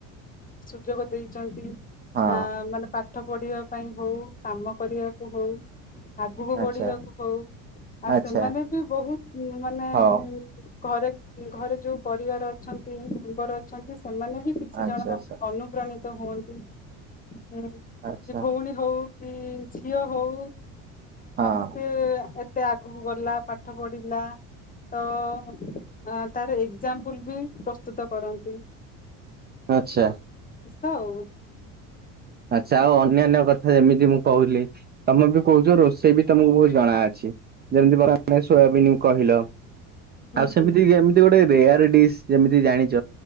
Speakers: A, on the left; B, on the right.
A: ସୁଯୋଗ ଦେଇଛନ୍ତି।
B: ହଁ
A: ଆ ମାନେ ପାଠ ପଢିବା ପାଇଁ ହଉ, କାମ କରିବାକୁ ହଉ ଆଗକୁ ବଢିବାକୁ
B: ଆଚ୍ଛା
A: ହଉ, ଆଉ
B: ଆଚ୍ଛା
A: ସେମାନେ ବି ବହୁତ ମାନେ
B: ହଉ
A: ଘରେ ଘରେ ଯୋଉ ପରିବାର ଅଛନ୍ତି, ମେମ୍ବର ଅଛନ୍ତି ସେମାନେ ବି କିଛି
B: ଆଚ୍ଛା
A: ଜଣ
B: ଆଚ୍ଛା
A: ଅନୁପ୍ରାଣିତ ହୁଅନ୍ତି। ହଁ
B: ଆଚ୍ଛା
A: କି ଭଉଣୀ ହଉ କି ଝିଅ ହଉ।
B: ହଁ
A: ସି ଏତେ ଆଗକୁ ଗଲା ପାଠ ପଢ଼ିଲା ତ ଅ ତାର ଏକ୍ଜାମ୍ପଲ ବି ପ୍ରସ୍ତୁତ କରନ୍ତି।
B: ଆଚ୍ଛା
A: ହଉ।
B: ଆଛା ଆଉ ଅନ୍ୟାନ୍ୟ କଥା ଯେମିତି ମୁଁ କହୁିଲି ତମେ ବି କହୁଛ ରୋଷେଇ ବି ତମକୁ ବହୁତ ଜଣା ଅଛି। ଯେମିତି ପରେ ଆମେ ସୋୟାବିନ୍ କହିଲ
A: ହୁଁ
B: ଆଉ ସେମିତି
A: ହୁଁ
B: ଏମିତି ଗୋଟେ ରେୟାର ଡିସ୍ ଯେମିତି ଜାଣିଛ